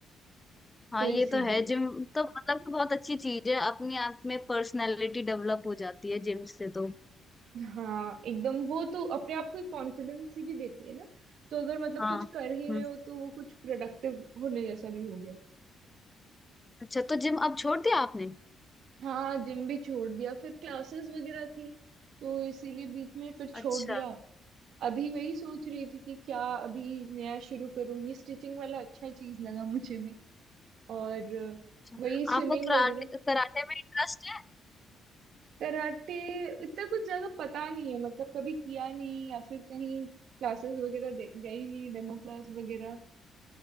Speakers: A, on the left; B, on the right.
A: हाँ
B: तो
A: ये
B: इसीलिए
A: तो है जिम तो मतलब कि बहुत अच्छी चीज है अपने आप में पर्सनालिटी डेवलप हो जाती है जिम से तो
B: हाँ एकदम वो तो अपने आप को एक कॉन्फिडेंस ही भी देती है ना तो अगर मतलब
A: हाँ
B: कुछ कर ही
A: हम्म
B: रहे हो तो वो कुछ प्रोडक्टिव होने जैसा भी हो गया
A: अच्छा तो जिम अब छोड़ दिया आपने
B: हाँ जिम भी छोड़ दिया फिर क्लासेस वगैरह थी तो इसीलिए बीच में फिर छोड़
A: अच्छा
B: दिया अभी वही सोच रही थी कि क्या अभी नया शुरू करूँ ये स्टिचिंग वाला अच्छा चीज लगा मुझे भी और
A: अच्छा
B: वही स्विमिंग
A: आपको कराटे
B: वगैरह
A: कराटे में इंटरेस्ट है
B: कराटे इतना कुछ ज्यादा पता नहीं है मतलब कभी किया नहीं या फिर कहीं क्लासेस वगैरह दे- गई नहीं डेमो क्लास वगैरह